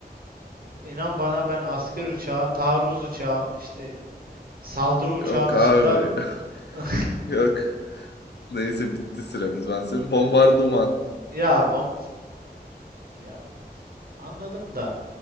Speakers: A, on the right; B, on the left.
A: inan bana ben asker uçağı, taarruz uçağı, işte saldırı uçağı
B: Yok
A: dışında
B: abi. <laughs>
A: <laughs>
B: Yok. Neyse bitti süremiz. Ben senin bombardıman.
A: ne ya bom ya anladım da.